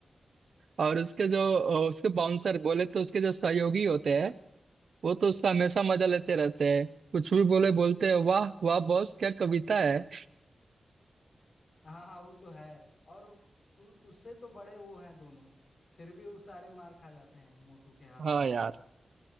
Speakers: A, on the right (about 70°); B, on the left (about 60°).
A: और उसके जो उसके बाउंसर बोले तो उसके जो सहयोगी होते हैं वो तो उसका हमेशा मजा लेते रहते हैं कुछ भी बोले बोलते हैं वाह वाह बॉस क्या कविता है
B: हाँ हाँ वो तो है और उ, उससे तो बड़े वो हैं दोनों फिर भी वो सारे मार खा जाते हैं मोटू के हाथ
A: हाँ
B: से
A: यार